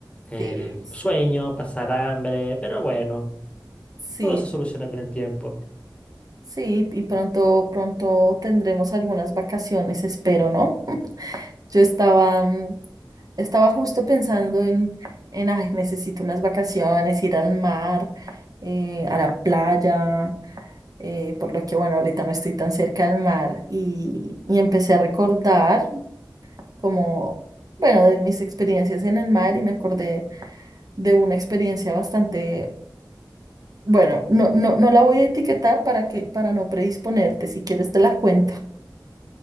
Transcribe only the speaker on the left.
eh,
sueño, pasar hambre, pero bueno,
todo se soluciona con el tiempo.